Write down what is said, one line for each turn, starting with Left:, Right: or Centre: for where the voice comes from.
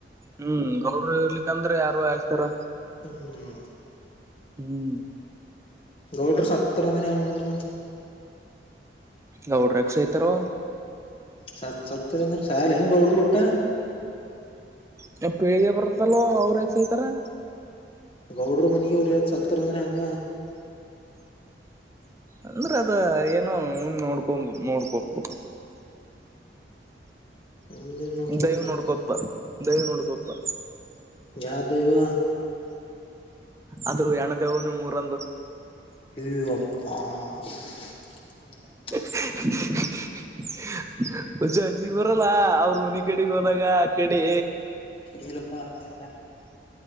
Right: ಹ್ಮ್ ಗೌಡ್ರು ಇರ್ಲಿಕ್ಕಂದ್ರೆ ಯಾರು ಆಯಸ್ತಾರ್.
Left: ಹ್ಮ್
Right: ಹ್ಮ್
Left: ಗೌಡೂರ್ ಸತ್ತರಂದರ ಹೆಂಗ್ ಮಾಡೋದು.
Right: ಗೌಡ್ರ ಯಾಕ್ ಸಾಯ್ತಾರೋ.
Left: ಸತ್ ಸತ್ತರ ಅಂದ್ರ ಸಾಯಲ್ ಏನ್ ಗೌಡೂರ್ ವಟ್ಟ.
Right: ಹಿನಾ ಪೀಳಿಗೆ ಬರ್ತದಲ್ಲೋ ಅವ್ರ ಯಾಕ್ ಸೈತಾರಾ.
Left: ಗೌಡ್ರ ಮನಿಗೆ ಉರಿ ಹಚ್ಚ ಹಾಕ್ದೂರ್ ಅಂದ್ರ ಹೆಂಗಾ.
Right: ಅಂದ್ರ ಅದ ಏನೋ ಮುಂದ್ ನೋಡ್ಕೊ ನೋಡ್ಕೋಬೇ
Left: ಮುಂದಿನ್ ನೋಡ್ಕೋತ್
Right: ದೈವ
Left: ಮತ್ತ
Right: ನೋಡ್ಕೊಪ್ಪ ದೈವ ನೋಡ್ಕೊಪ್ಪ.
Left: ಯಾ ದೈವಾ.
Right: ಅದು ಹೆಣ್ಣ ದೈವಾ ನಿಮ್ ಊರಾಂದು.
Left: ಎ ಯಪ್ಪಾ <unintelligible>
Right: <unintelligible> ಉಜ್ಜ ಅಂಜಿಕ ಬರಲ್ಲ ಅವ್ರ ಮನಿ ಕಡೆಗ್ ಹೋದಾಗ ಆಕಡಿ.
Left: ಇಲ್ಲಪ್ಪ ಹಂಗೆನ್